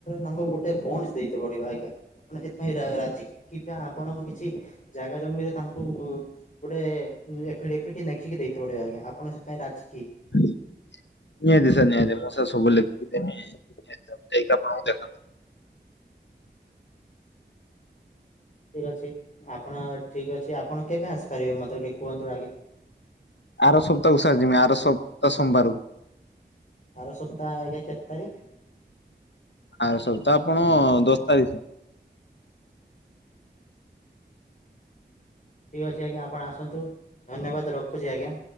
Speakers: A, on the left (about 45°); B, on the left (about 80°).
A: ତାଙ୍କୁ ଗୋଟେ ବଣ୍ଡ ଦେଇତେ ପଡିବ ଆଜ୍ଞା। ଆପ ସେଥିପାଇଁ ରାଜି କି କିବା ଆପଣଙ୍କ କିଛି ଜାଗା ଜମିରେ ତାଙ୍କୁ ଗୋଟେ ଏଠି ଏଠି ଦେଖିକି ଦେଇ ପଡିବ ଆଜ୍ଞା ଆପଣ ସେଥିପାଇଁ ରାଜି କି
B: ନିହାତି ସାର୍ ନିହାତି ମୁଁ ସାର୍ ସବୁ ଲେଖି ଦେମି ସେଇ ପାଖ
A: ଠିକ୍ ଅଛି ଆପଣ ଠିକ୍ ଅଛି ଆପଣ କେବେ ଆସିପାରିବେ ମୋତେ ଟିକେ କୁହନ୍ତୁ ଆଜ୍ଞା।
B: ଆର ସପ୍ତାହକୁ ସାର ମୁଁ ଆର ସପ୍ତାହ ସୋମବାରକୁ
A: ଆର ସପ୍ତାହ ଆଜ୍ଞା କେତେ ତାରିଖ
B: ଆର ସପ୍ତାହ ଆପଣ ଦଶ ତାରିଖ।
A: ଠିକ୍ ଅଛି ଆଜ୍ଞା ଆପଣ ଆସନ୍ତୁ ଧନ୍ୟବାଦ ରଖୁଛି ଆଜ୍ଞା।